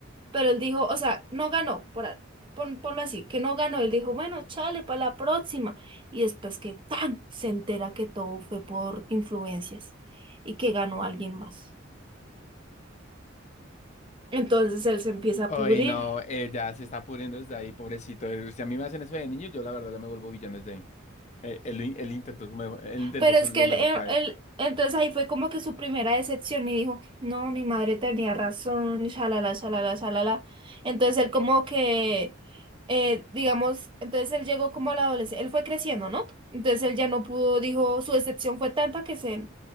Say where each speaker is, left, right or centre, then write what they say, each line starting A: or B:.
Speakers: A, on the right (about 25°); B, on the left (about 35°).
A: Pero él dijo, o sea, no ganó, por, a- pon- ponlo así, que no ganó. Él dijo, bueno, chale, para la próxima. Y después que tan se entera que todo fue por influencias y que ganó alguien más. Entonces él se empieza a
B: Ay,
A: pudrir
B: no, eh, ya se está pudriendo desde ahí, pobrecito. Eh, Si a mí me hacen eso de niño, yo la verdad ya me vuelvo villano desde ahí. Eh, él, in- él intentó su mejo- él intentó
A: Pero
B: su-
A: es
B: lo
A: que él,
B: mejor
A: él-
B: para
A: él-
B: él.
A: entonces ahí fue como que su primera decepción y dijo, no, mi madre tenía razón, y shalala, shalala, shalala. Entonces él como que, eh, digamos, entonces él llegó como a la adolescencia, él fue creciendo, ¿no? Entonces él ya no pudo, dijo, su decepción fue tanta que se,